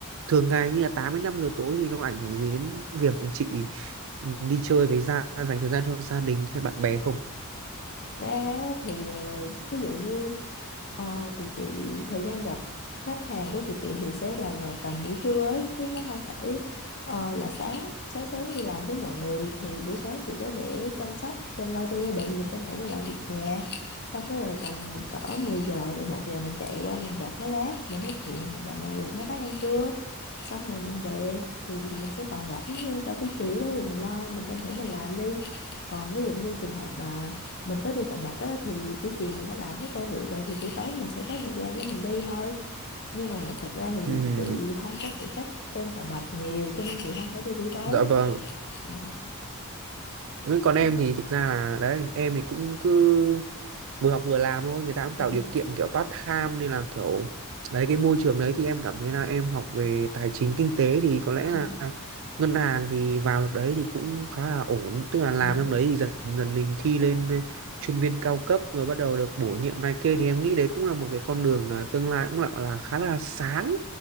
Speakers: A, on the right; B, on the left.
A: thường ngày như là 8 đến 5 giờ tối thì nó có ảnh hưởng gì đến việc chị ừ, đi chơi với gia dành thời gian cho gia đình hay bạn bè không
B: Thật ra á, thì ờ, ví dụ như ờ, tụi chị thời gian gặp khách hàng của tụi chị thì sẽ là vào tầm buổi trưa ấy chứ nó không phải ờ, là sáng sáng sớm đi làm với mọi người thì buổi sáng chị có thể chăm sóc chăm lo cho gia đình mình tranh thủ mình làm việc nhà xong cái rồi tầm cỡ 10 giờ và một giờ mình chạy qua mình gặp mấy bác mình nói chuyện hoặc là mời mấy bác ăn trưa xong rồi mình về thì mình sẽ còn rảnh nguyên cả buổi chiều đó thì mình lo mình tranh thủ mình làm đi còn ví dụ như trường hợp mà mình có đi phòng mạch á, thì buổi chiều mình đã làm hết công việc rồi thì buổi tối mình sẽ có thời gian để mình đi thôi nhưng mà thật ra thì
A: Ừ,
B: chị không có phụ trách căn phòng mạch nhiều cho nên chị không phải đi buổi tối
A: dạ vâng
B: Ờ,
A: Ừ, còn em
B: ừ
A: thì thực ra là đấy em thì cũng cứ vừa học vừa làm thôi người ta cũng tạo
B: ừ
A: điều kiện kiểu part time nên là kiểu đấy cái môi trường đấy thì em cảm thấy là em học về tài chính kinh tế thì có lẽ là
B: ừ
A: ngân hàng thì vào được đấy thì cũng khá là ổn tức là làm
B: ừ
A: trong đấy thì dần dần mình thi lên chuyên viên cao cấp rồi bắt đầu được bổ nhiệm này kia thì em nghĩ đấy cũng là một cái con đường à, tương lai cũng là là khá là sáng